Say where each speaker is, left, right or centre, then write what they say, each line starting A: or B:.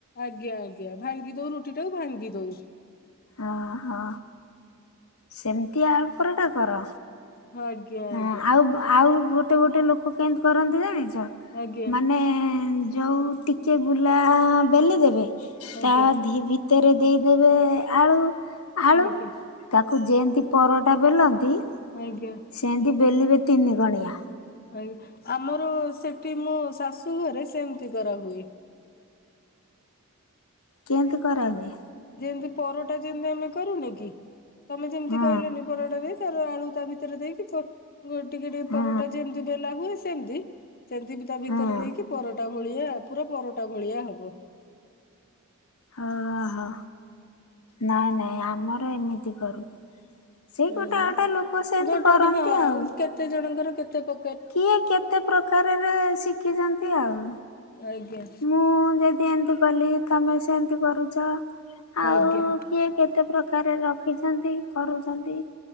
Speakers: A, on the left; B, on the left.
A: ଆଜ୍ଞା ଆଜ୍ଞା ଭାଙ୍ଗି ଦଉ ରୁଟିଟାକୁ ଭାଙ୍ଗି ଦଉ।
B: ଓ ହ। ସେମ୍ତି ଆଳୁ ପରଟା କର!
A: ହଁ ଆଜ୍ଞା ଆଜ୍ଞା।
B: ହଁ ଆଉ ଆଉ ଗୋଟେ ଗୋଟେ ଲୋକ କେମ୍ତି କରନ୍ତି ଜାଣିଚ
A: ଆଜ୍ଞା।
B: ମାନେ ଯୋଉ ଟିକେ ବୁଲା ବେଲି ଦେବେ
A: ଆଜ୍ଞା
B: ତା ଦିହି ଭିତ୍ ତରେ ଦେଇଦେବେ ଆଳୁ ଆଳୁ।
A: ଆଜ୍ଞା
B: ତାକୁ ଯେମତି ପରଟା ବେଲନ୍ତି
A: <unintelligible>
B: ସେମିତି ବେଲିବେ ତିନି କଣିଆ।
A: ଆଜ୍ଞା ଆମର ସେଠି ମୋ ଶାଶୁ ଘରେ ସେମିତି କରା ହୁଏ।
B: କେମ୍ତି କରା ହୁଏ?
A: ଯେମ୍ତି ପରଟା ଯେମତି ଆମେ କରୁନି କି ତମେ ଯେମ୍ତି
B: ହଁ
A: କହିଲନି ପରଟାରେ ତାର ଆଳୁ ତା ଭିତରେ ଦେଇକି ପ ଟିକେ ଟିକେ
B: ହଁ
A: ପରଟା ଯେମ୍ତି ବେଲା ହୁଏ ସେମ୍ତି। ସେମ୍ତି ବି ତା ଭିତରେ
B: ହଁ
A: ଦେଇକି ପରଟା ଭଳିଆ ପୁରା ପରଟା ଭଳିଆ ହେବ।
B: ହଁ ହଁ! ନାଇଁ ନାଇଁ ଆମର ଏମିତି କରୁ। ସେଇ
A: ହୁଁ
B: ଗୋଟେ ଗୋଟେ ଲୋକ ସେମତି
A: ଗୋଟେ
B: କରନ୍ତି
A: ଗୋଟେ ହଁ
B: ଆଉ।
A: କେତେ ଜଣଙ୍କର କେତେ କ
B: କିଏ କେତେ ପ୍ରକାରରେ ଶିଖିଚନ୍ତି ଆଉ।
A: ଆଜ୍ଞା।
B: ମୁଁ ଯଦି ଏମିତି କଲି ତମେ ସେମିତି କରୁଚ ଆଉ
A: ଆଜ୍ଞା
B: କିଏ କେତେ ପ୍ରକାରରେ ରଖିଛନ୍ତି କରୁଚନ୍ତି।